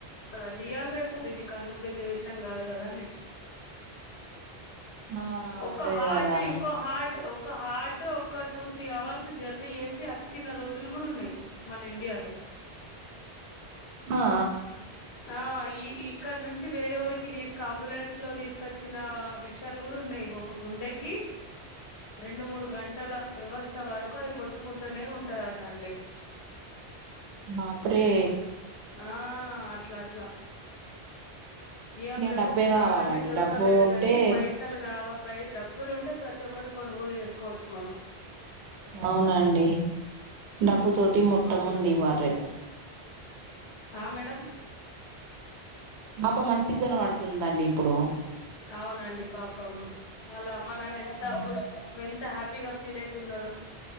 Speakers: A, on the left; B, on the right.
A: కదండి ఇయళ రేపు ఇది కన్ను పెద్ద విషయం కాదు కదండి
B: ఆ
A: ఒక
B: అదే
A: హార్ట్
B: గదా
A: ఇంకో హార్ట్ ఒక హార్ట్ ఒక టూ త్రీ అవర్స్ జర్నీ చేసి వచ్చిన రోజులు కూడ ఉన్నాయి మన ఇండియాలో
B: మా
A: ఆ ఈ ఇక్కడ నుంచి వేరే ఊరికి తీసుక అంబులెన్స్ లో తీసుకొచ్చిన విషయాలు కూడా ఉన్నాయి ఇగో ఒక గుండెకి రెండు మూడు గంటల వ్యవస్థ వరకు అది కొట్టుకుంటూనే ఉంటదట అండి
B: బాప్రె
A: ఆ అట్లా అట్లా ఇయాల్
B: ఇగ
A: రేపు
B: డబ్బే
A: ఒక ప్రాణమే
B: కావాలండి
A: దొరకలేదు
B: డబ్బు ఉంటే
A: గాని పైసల్ <unintelligible> డబ్బులు ఉంటే ప్రతి ఒక్కటి కొనుగోలు జేసుకోవచ్చు మనం
B: అవునండి డబ్బు తోటి మొత్తం
A: అవునండి
B: ఉంది ఇవ్వాల రేపు
A: ఆ మేడం
B: బాప మంచి గనె బాడుతుందండి ఇప్పుడు
A: అవునండి పాపం వాళ్ళ అమ్మ నాన్న ఎంత
B: ఆ
A: కుష్ వెళ్తా హ్యాపీగా ఫీల్ ఐతున్నారొ